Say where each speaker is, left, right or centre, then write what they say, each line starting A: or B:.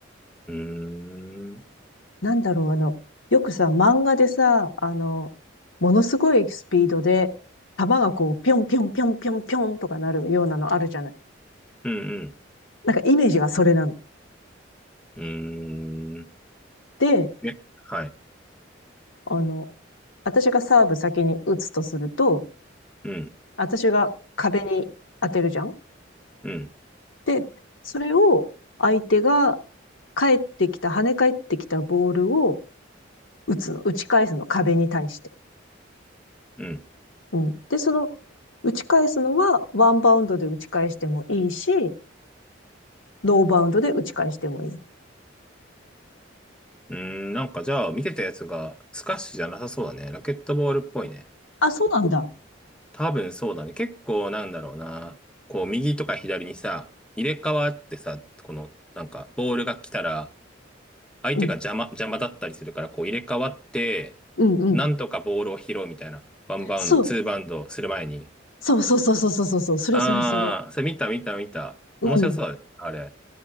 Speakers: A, in the centre; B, on the left.
A: ー、うーん、うん、
B: なんだろう、あの、よくさ、漫画でさ、あの、ものすごいスピードで、弾がこう、ぴょんぴょんぴょんぴょんぴょんとかなるようなのあるじゃない。
A: うん
B: なんかイメージがそれなの。
A: うーん。
B: で、
A: え、はい。
B: あの、私がサーブ先に打つとすると、
A: うん、
B: 私が壁に当てるじゃん。
A: うん、
B: で、それを相手が返ってきた、跳ね返ってきたボールを打つの、打ち返すの、壁に対して。
A: うん。
B: うん。で、その、打ち返すのはワンバウンドで打ち返してもいいし、ノーバウンドで打ち返してもいい。
A: うーん、なんかじゃあ見てたやつがスカッシュじゃなさそうだね。ラケットボールっぽいね。
B: あ、そうなんだ。
A: 多分そうだね。結構なんだろうな。こう右とか左にさ、入れ替わってさ、このなんかボールが来たら相手が邪魔、
B: うん
A: 邪魔だったりするからこう入れ替わって、
B: うん。うん
A: なんとかボールを拾うみたいな。ワンバウンド、
B: そう。
A: ツーバウンドする前に。
B: そうそうそうそうそうそうそう。それそれそれ。
A: あー、それ見た見た見た。
B: うん。
A: 面白そうだね。あれ。